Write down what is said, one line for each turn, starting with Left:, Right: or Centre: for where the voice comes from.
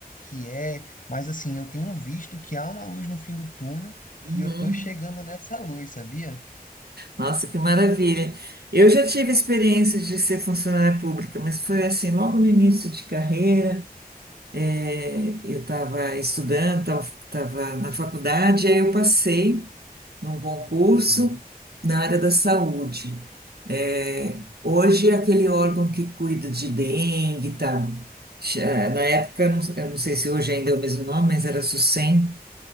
Left: que é. Mas assim, eu tenho visto que há uma luz no fim do túnel, que
Right: Uhum.
Left: eu tô chegando nessa luz, sabia?
Right: Nossa, que maravilha. Eu já tive experiências de ser funcionária pública, mas foi assim, logo no início de carreira. É, eu estava estudando, estava na faculdade, aí eu passei num concurso
Left: Uhum,
Right: na área da saúde. É,
Left: uhum,
Right: hoje é aquele órgão que cuida de dengue e tal. Cha- Na época, eu não eu não sei se hoje ainda é o mesmo nome, mas era SUSEM.